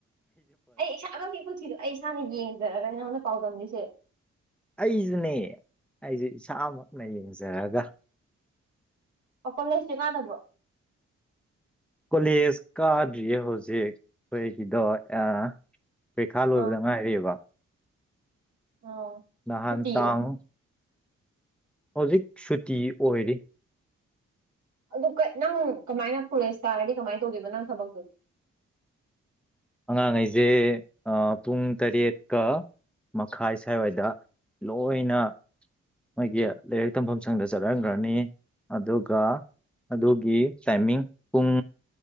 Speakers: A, on the right; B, in the centre.
A: ꯑꯩ ꯏꯁꯥꯃꯛꯀꯤ ꯄꯨꯊꯤꯗꯣ ꯑꯩ ꯏꯁꯥꯅ ꯌꯦꯡꯖꯔꯒꯅꯦ ꯅꯉꯣꯟꯗ ꯄꯥꯎꯗꯝꯂꯤꯁꯦ
B: ꯑꯩꯁꯨꯅꯦ ꯑꯩꯁꯦ ꯏꯁꯥꯃꯛꯅ ꯌꯦꯡꯖꯔꯒ
A: ꯑꯄꯪꯉꯩꯁ ꯀꯥꯟꯅꯕ
B: ꯀꯣꯂꯦꯖ ꯀꯥꯗ꯭ꯔꯤꯌꯦ ꯍꯧꯖꯤꯛ ꯑꯩꯈꯣꯏꯒꯤꯗꯣ ꯑ ꯄꯩꯈꯥ ꯂꯣꯏꯕꯗ
A: ꯑꯥ
B: ꯉꯥꯏꯔꯤꯕ
A: ꯑꯥ
B: ꯅꯍꯥꯟ
A: ꯁꯨꯇꯤꯔꯣ
B: ꯇꯥꯡ ꯍꯧꯖꯤꯛ ꯁꯨꯇꯤ ꯑꯣꯏꯔꯤ
A: ꯑꯗꯨ ꯅꯪ ꯀꯃꯥꯏꯅ ꯄꯨꯔꯤꯁ ꯀꯥꯔꯗꯤ ꯀꯃꯥꯏꯅ ꯇꯧꯗꯣꯏꯕ ꯅꯪ ꯊꯕꯛꯇꯨꯗꯤ <inaudible>
B: ꯑꯉꯥꯡ ꯈꯩꯁꯦ ꯄꯨꯡ ꯇꯔꯦꯠ ꯀ ꯃꯈꯥꯏ ꯁ꯭ꯥꯏꯋꯥꯏꯗ ꯂꯣꯏꯅ ꯃꯣꯏꯒꯤ ꯂꯥꯏꯔꯤꯛ ꯇꯝꯐꯝ ꯁꯪꯗ ꯆꯠꯍꯟꯈ꯭ꯔꯅꯤ ꯑꯗꯨꯒ ꯑꯗꯨꯒꯤ ꯇꯥꯏꯃꯤꯡ ꯄꯨꯡ